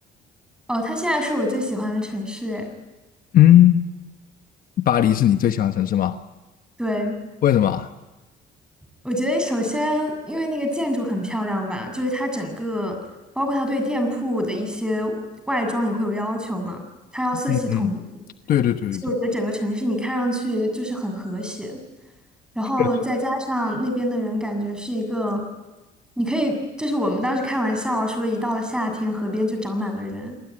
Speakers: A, in the centre; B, on the left.
A: 哦，它现在是我最喜欢的城市，哎，
B: 嗯，巴黎是你最喜欢的城市吗？
A: 对。
B: 为什么？
A: 我觉得首先，因为那个建筑很漂亮吧，就是它整个，包括它对店铺的一些外装也会有要求嘛，它要色系统一，
B: 嗯嗯。对对对对
A: 所以我觉得整个城市你看上去就是很和谐。然后再加上那边的人感觉是一个，
B: 对，
A: 你可以，就是我们当时开玩笑说，一到了夏天，河边就长满了人，